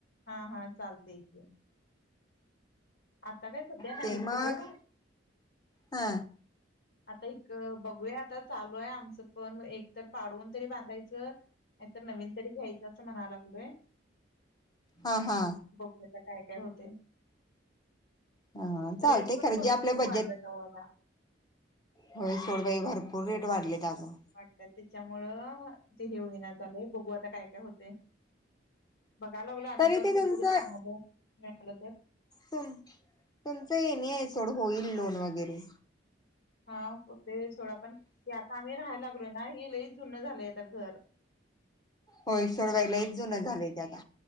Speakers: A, on the left (about 60°); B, on the left (about 20°).
A: हा हा चालतय की. आत्ता काय सध्या नाही
B: ते
A: सोड
B: मग, हा.
A: आता एक बघूया आता चालू आहे आमचं पण एक तर पाडवून तरी बांधायचं नाही तर नवीन तरी घ्यायचं असं म्हणाय लागलोय.
B: हा हा.
A: बघुया आता काय-काय होते.
B: हा चालते
A: रेट पण
B: खरं
A: भरपूर
B: जे आपल्या बजेट
A: वाढल्यात. सव्वा दहा.
B: होय सोड बाई भरपूर रेट वाढलेत आजुन.
A: वाटत त्याच्यामुळं ते हे होईना झालेय बघू आता काय-काय होते. बघाय लागलो आम्ही
B: तरी
A: पण
B: ते
A: कुठेतरी
B: तुमचं
A: चांगलं मिळालं तर.
B: तुम-तुमचं एन ए आहे सोड होईल लोन वगैरे.
A: हा ते सोडा पण आता आम्ही राहायला लागलोय ना हे लई जुनं झालंय आता घर.
B: होय सोड ग लयच जुन झालय ते आता.